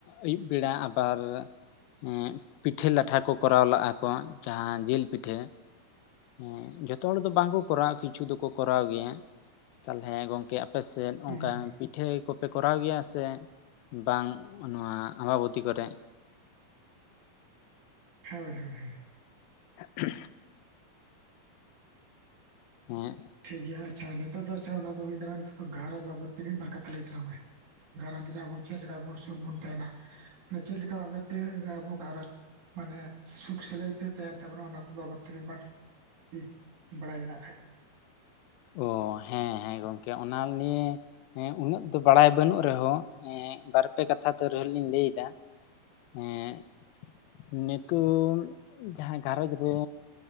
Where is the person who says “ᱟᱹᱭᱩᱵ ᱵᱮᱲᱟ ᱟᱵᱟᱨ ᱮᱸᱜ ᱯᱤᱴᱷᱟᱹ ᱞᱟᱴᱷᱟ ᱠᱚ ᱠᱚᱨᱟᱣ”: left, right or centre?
Left